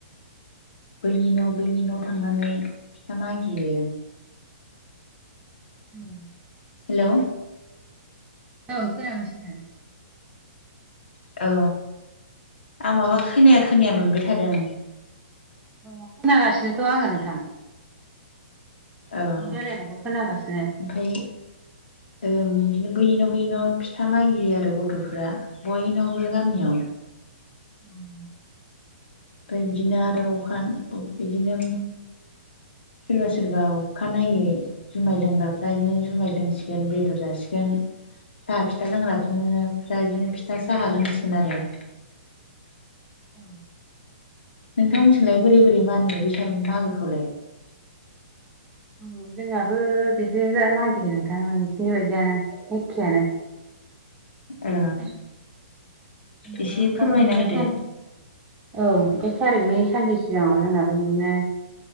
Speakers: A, on the left (about 70°); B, on the right (about 20°).
A: बैनि न' बैनि न' थांनानै फिथा मागियो।
B: औ
A: हेलौ
B: औ खोनागासिनो।
A: औ आं माबा खोनाया खोनाया मोनबाय थादों।
B: अ खोनागासिनोथ' आङो नोंथां।
A: औ ओमफाय
B: रायलायनायखौ खोनागासिनो
A: ओं इदिनो बैनि न' बैनि न' फिथा मागियो आरो गथ'फ्रा। बयनावबो गामियाव
B: उम
A: ओमफ्राय बिदिनो आरो अखान बिदिनो सोरबा सोरबा अखानायै जुमाय लोंग्राफ्रा इदिनो जुमाय लोंसिगोन बेदर जासिगोन। साहा फिथा लोंग्रा बिदिनो फ्रा इदिनो फिथा साहा लोंसिगोन आरो।
B: औ
A: नोंथांमोनसिलाय बोरै बोरै मानियो बेैसाग मागोखौलाय?
B: उम जोंनाबो बिदिनो मागियो नोंथां नोंसिनि बायदियानो एखेयानो।
A: ओ
B: <unintelligible>
A: एसे फोरमायना होदो
B: औ एक थारिकनि सानसे सिगाङाव जोंनाबो बिदिनो